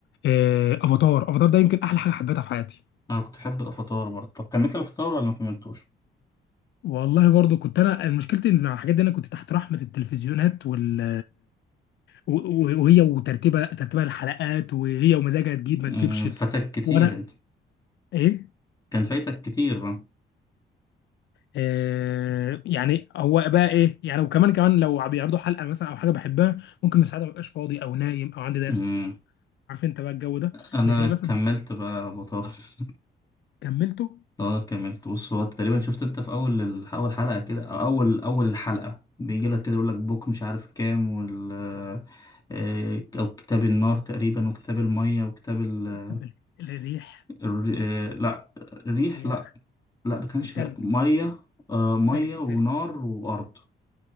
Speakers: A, on the left (about 65°); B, on the left (about 20°).
A: آه... افاتار افاتار ده يمكن احلى حاجه حبيتها في حياتي
B: انا كنت بحب الافاتار برضه طب كملت الافاتار ولا ما كملتوش
A: والله برضه كنت انا مشكلتي ان الحاجات دي انا كنت تحت رحمه التلفزيونات وال و- و- وهي وترتيبها ترتيبها الحلقات وهي ومزاجها تجيب ما
B: أمم،
A: تجيبش
B: فاتك كتير
A: وانا
B: انت
A: ايه
B: كان فايتك كتير بقى
A: آه يعني هو بقى ايه يعني وكمان كمان لو بيعرضوا حلقه مثلا او حاجه بحبها ممكن من ساعتها مبقاش فاضي او نايم او عندي درس
B: أمم،
A: عارف انت بقى الجو ده
B: انا
A: مش زي
B: كملت
A: مثلا
B: بقى الافاتار <laughs>
A: كملته
B: اه كملت بص هو تقريبا شفت انت في اول ال- اول حلقه كده او اول اول الحلقه بيجي لك كده يقول لك بوك مش عارف كام وال آه، آه، او كتاب النار تقريبا وكتاب الميه وكتاب ال...
A: وكملت الريح
B: الر- آه، لا الريح
A: الرياح
B: لا لا ده كانش
A: والتلج
B: ميه آه، ميه
A: التلج التلج
B: ونار وارض